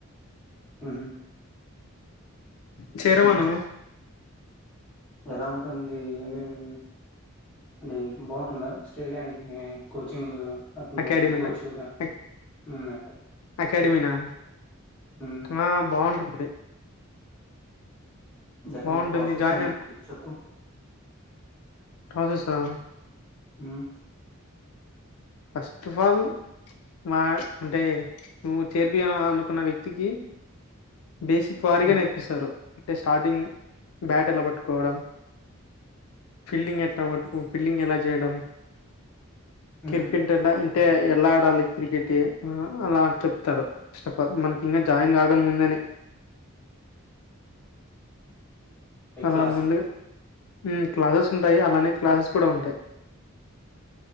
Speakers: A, in the centre; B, on the left.
A: ఉహు
B: చేరమను
A: ఎలా ఉంటుంది ఏమేమి అంటే బాగుంటుందా స్టేడియంకి కోచింగ్ అటనే
B: అకాడమీనా
A: కోచ్ గూడ
B: అక్-
A: మ్
B: అకాడమీనా
A: మ్మ్
B: ఆ బాగుంటుంది
A: దన్
B: బాగుంటుంది
A: ప్రాసెస్
B: జాయిన్
A: ఏంటి చెప్పు
B: ప్రాసెస్ ఆ
A: మ్
B: ఫస్ట్ ఫల్ వా అంటే నువ్వు చేర్పియాలనుకున్న వ్యక్తికి బేసిక్ వారీగా
A: మ్మ్
B: నేర్పిస్తారు అంటే స్టార్టింగ్ బ్యాట్ ఎలా పట్టు కోవడం ఫీల్డింగ్ ఎట్లా పట్టుకు ఫీల్డింగ్ ఎలా చేయడం
A: మ్మ్
B: కిర్
A: హ్మ్
B: కెట్ ఎలా అంటే ఎలా ఆడాలి క్రికెట్ అలా చెప్తారు ఫస్ట్ ఆఫ్ ఆల్ మనకి ఇంకా జాయిన్ కాగా ముందే
A: ఈ
B: అలా
A: క్లాస్
B: ముందుగా మ్ క్లాసెస్ ఉంటాయి అలానే క్లాసెస్ కూడ ఉంటాయి